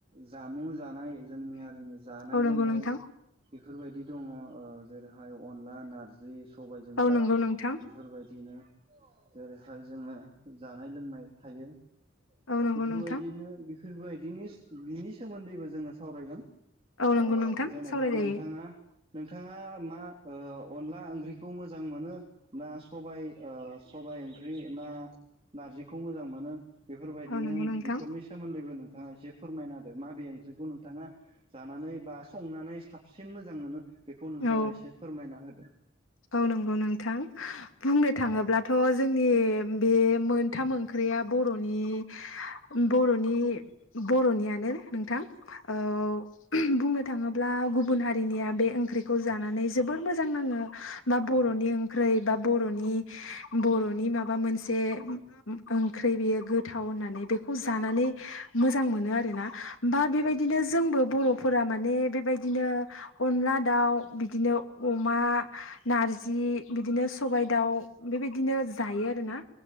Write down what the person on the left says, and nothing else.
औ नंगौ
नोंथां
औ
नंगौ नोंथां
औ नंगौ
नोंथां
औ नंगौ
नोंथां
सावरायजायो
औ नंगौ नोंथां
औ
औ नंगौ नोंथां बुंनो थाङोब्लाथ'जोंनि बे मोनथाम ओंख्रिया बर'नि नि बर'नि बर'नियानो नोंथां। औ <unintelligible> बुंनो थाङोब्ला गुबुन हारिनिया बे ओंख्रिखौ जानानै जोबोर मोजां नाङो। बा बर'नि
ओंख्रै बा बर'नि बर'नि माबा मोनसे ओंख्रि बेयो गोथाव होननानै बेखौ जानानै मोजां मोनो आरोना बा बेबायदिनो
जोंबो बर'फोरा माने बेबायदिनो अनला दाउ बिदिनो अमा नारजि बिदिनो सबाइ दाउ बेबायदिनो जायो आरोना